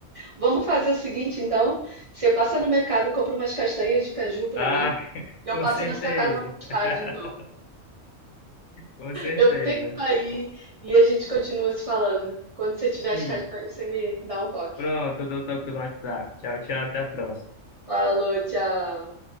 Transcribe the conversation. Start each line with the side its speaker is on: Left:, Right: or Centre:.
Right: Vamos fazer o seguinte, então. Você passa no mercado, compra umas castanhas de caju pra
Left: Ah,
Right: mim.
Left: <laughs>
Right: E eu
Left: com
Right: passo
Left: certeza.
Right: na sua casa mais
Left: <laughs>
Right: tarde, então.
Left: Com certeza.
Right: Eu vou ter que sair e a gente continua se falando. Quando você tiver
Left: Sim.
Right: as castanhas, você me dá um toque.
Left: Pronto, eu dou toque pelo WhatsApp. Tchau, tchau, até a próxima.
Right: Falou, tchau.